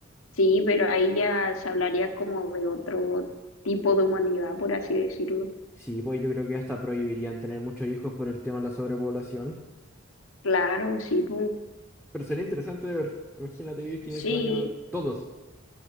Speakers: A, on the left; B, in the centre.
A: sí, pero ahí ya se hablaría como de otro tipo de humanidad, por así decirlo.
B: Sí, pues yo creo que hasta prohibirían tener muchos hijos por el tema de la sobrepoblación.
A: Claro, sí, po.
B: Pero sería interesante de ver. Imagínate vivir quinientos
A: Sí,
B: años todos.